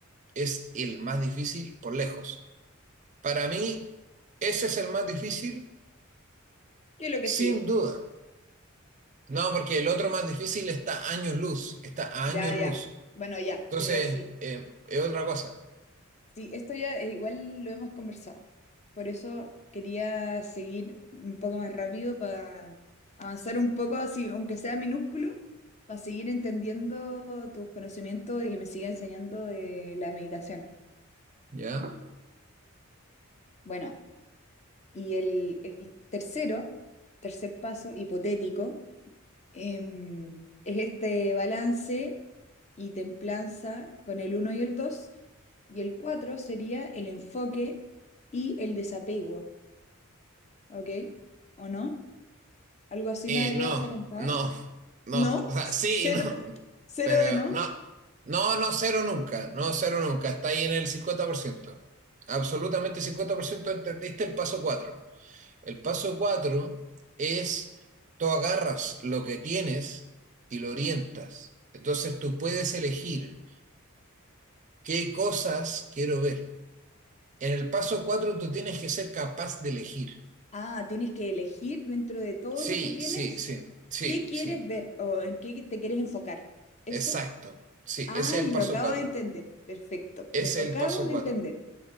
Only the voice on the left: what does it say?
¿qué es lo
que sigue?
Ya,
ya. Bueno, ya,
pero sí.
Sí, esto ya eh, igual lo hemos conversado. Por eso quería seguir un poco más rápido para avanzar un poco, así, aunque sea minúsculo, para seguir entendiendo tus conocimientos y que me siga enseñando de la meditación.
Bueno, y el, el tercero, tercer paso hipotético, em, es este balance y templanza con el uno y el 2 y el 4 sería el enfoque y el desapego. ¿ok? ¿O no? ¿Algo así
me habías
comentado?
No,
cero,
cero
de no.
Ah, tienes que elegir dentro de todo
lo que tienes
qué quieres
ver o en qué te quieres enfocar. ¿Eso?
Ay,
lo acabo
de entender. Perfecto.
Lo acabo
de
entender.